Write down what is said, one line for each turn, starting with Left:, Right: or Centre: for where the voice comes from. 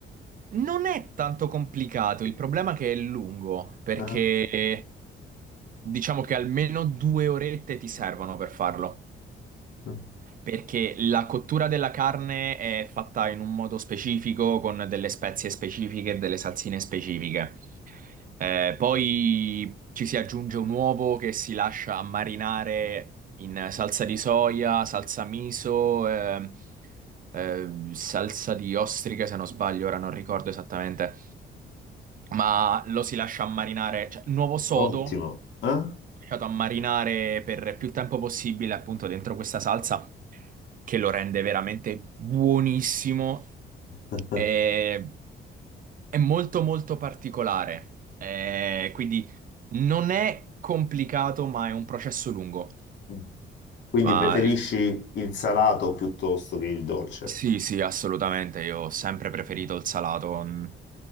Right: Non è tanto complicato, il problema è che è lungo, perché
Left: Eh?
Right: diciamo che almeno due orette ti servono per farlo,
Left: Mm.
Right: perché la cottura della carne è fatta in un modo specifico, con delle spezie specifiche e delle salsine specifiche. Eh, poi ci si aggiunge un uovo che si lascia marinare in salsa di soia, salsa miso, eh, eh, salsa di ostriche, se non sbaglio, ora non ricordo esattamente ma lo si lascia ammarinare, cioè nuovo sodo
Left: Ottimo. eh?
Right: lasciato ammarinare per più tempo possibile appunto dentro questa salsa che lo rende veramente buonissimo
Left: <laughs>
Right: e è molto molto particolare, Eh, quindi non è complicato ma è un processo lungo.
Left: Mm. Quindi
Right: Ma
Left: preferisci il salato piuttosto che il dolce?
Right: Sì, sì, assolutamente. Io ho sempre preferito il salato mm,